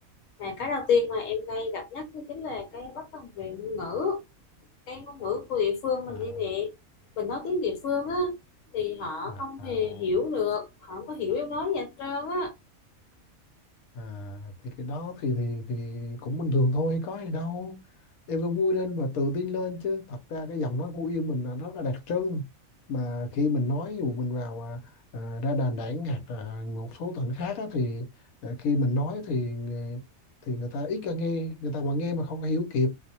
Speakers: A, on the left; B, on the left.
A: Mà cái đầu tiên mà em ngay gặp nhất đó chính là cái bất đồng về ngôn ngữ, cái ngôn ngữ của địa phương mình
B: à,
A: đây nè. Mình nói tiếng địa phương á thì họ
B: à,
A: không
B: à,
A: hề hiểu được, họ không có hiểu em nói gì hết trơn á.
B: à thì cái đó thì thì thì cũng bình thường thôi có gì đâu em cứ vui lên và tự tin lên chứ thật ra cái giọng nói Phú Yên mình là nó là đặc trưng mà khi mình nói dù mình vào à, à, ra Đà Nẵng hoặc là một số tỉnh khác á, thì à, khi mình nói thì người- thì người ta ít có nghe người ta mà nghe mà không có hiểu kịp